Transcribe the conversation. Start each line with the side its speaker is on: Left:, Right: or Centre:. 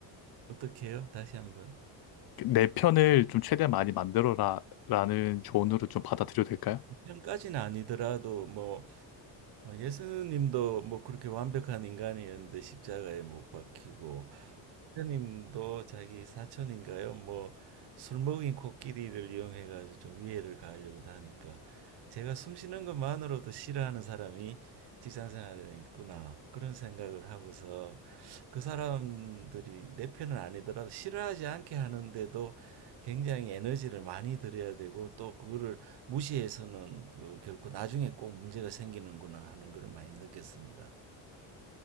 Right: 어떻게 해요? 다시 한번
Left: 내 편을 좀 최대한 많이 만들어라 라는 조언으로 좀 받아들여도 될까요?
Right: 평까지는 아니더라도 뭐 어, 예수님도 뭐 그렇게 완벽한 인간이었는데 십자가에 못 박히고 사님도 자기 사촌인가요? 뭐 술 먹인 코끼리를 이용해 가지고 좀 위해를 가하려고 하니까 제가 숨 쉬는 것만으로도 싫어하는 사람이 직장 생활에 있구나 그런 생각을 하고서 그 사람들이 내 편은 아니더라도 싫어하지 않게 하는데도 굉장히 에너지를 많이 들여야 되고 또 그거를 무시해서는 어, 결코 나중에 꼭 문제가 생기는구나 하는 걸 많이 느꼈습니다.